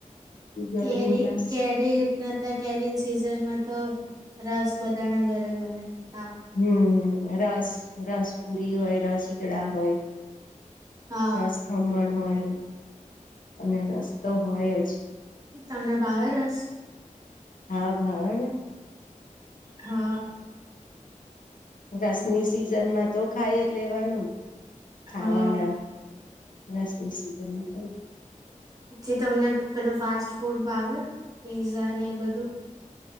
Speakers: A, on the left; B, on the right.
A: ગરમીમાં
B: કેરી, કેરી એટલ તો કેરી ન સીઝનમાં તો રસ બધાના ઘરે બના
A: હમ, રસ રસપુરી હોય, રસઈગડા હોય
B: હા.
A: રસ-ખમણ હોય અને રસ્તો હોય જ.
B: તમને ભાવે રસ?
A: હા ભાવને.
B: હઅ
A: રસની સિઝનમાં તો ખાય જ લેવાનું ન. ખાવાના
B: હા
A: રસનું સીઝનમાં ખઉ.
B: જે તમને પેલું ફાસ્ટ ફૂડ ભાવે પીઝાને એ બધું.